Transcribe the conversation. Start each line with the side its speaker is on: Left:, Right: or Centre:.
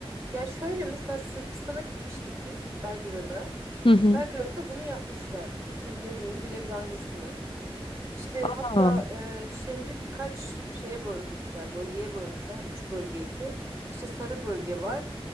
Right: Ya şöyle mesela Sırbistan'a gitmiştik biz Belgrad'a.
Left: Hı hı.
Right: Belgrad'da bunu yapmışlar. Bu senin dediğinin birebir aynısını. İşte
Left: Ha,
Right: hatta e, şehri birkaç şeye bölmüşler, bölgeye bölmüşler. Üç bölgeydi. İşte sarı bölge var,